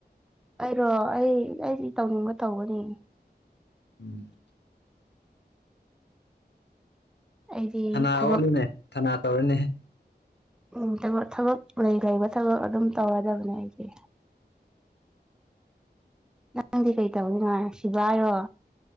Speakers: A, in the centre; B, on the left.
A: ꯑꯩꯔꯣ ꯑꯩ ꯑꯩꯗꯤ ꯇꯧꯅꯤꯡꯕ ꯇꯧꯒꯅꯤ
B: ꯎꯝ
A: ꯑꯩꯗꯤ
B: ꯊꯅꯥ
A: ꯊꯕꯛ
B: ꯑꯣꯜꯂꯨꯅꯦ ꯊꯅꯥ ꯇꯧꯔꯨꯅꯦ
A: ꯎꯝ <unintelligible> ꯊꯕꯛ ꯂꯩ ꯂꯩꯕ ꯊꯕꯛ ꯑꯗꯨꯝ ꯇꯧꯔꯗꯕꯅꯦ ꯑꯩꯗꯤ ꯅꯪꯗꯤ ꯀꯩ ꯇꯧꯔꯤꯅꯣ ꯁꯤꯚꯥꯏꯔꯣ